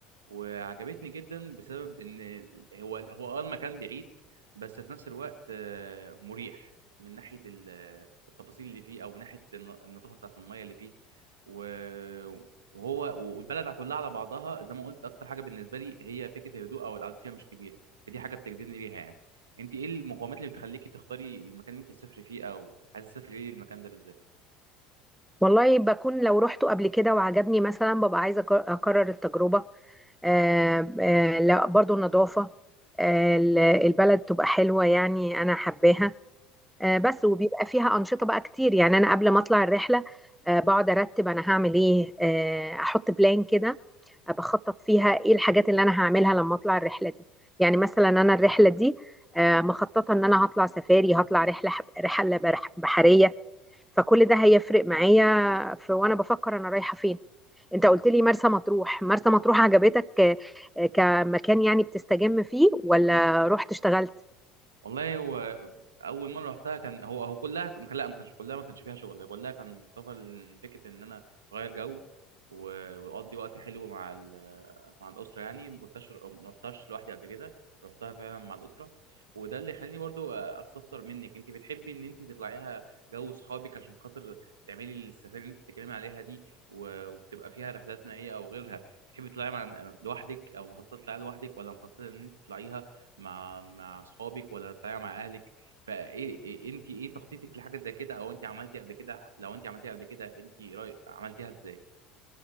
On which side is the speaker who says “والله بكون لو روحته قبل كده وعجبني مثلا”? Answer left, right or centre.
Centre